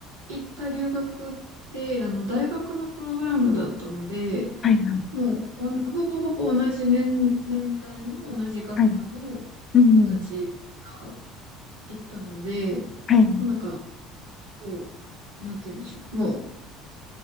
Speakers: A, on the right; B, on the left.
A: 行った留学って、あの、大学のプログラムだったので、
B: はい、は
A: もうおん、ほぼほぼ同じ年、年代の同じ学科の人たちが
B: い。うん、
A: 行ったので、
B: はい。
A: もうなんか、そう、なんて言うんでしょう。もう、